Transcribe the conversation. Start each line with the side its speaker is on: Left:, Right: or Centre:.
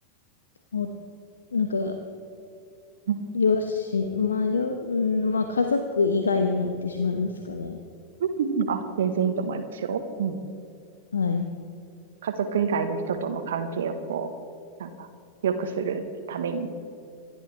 Left: おなんか、
Right: うん。
Left: よし、まあ、よ、うん、まあ、家族以外になってしまいますかね。
Right: うんうんあ、全然いいと思いますよ。うん。
Left: はい。
Right: 家族以外の人との関係をこう、なんか良くするために。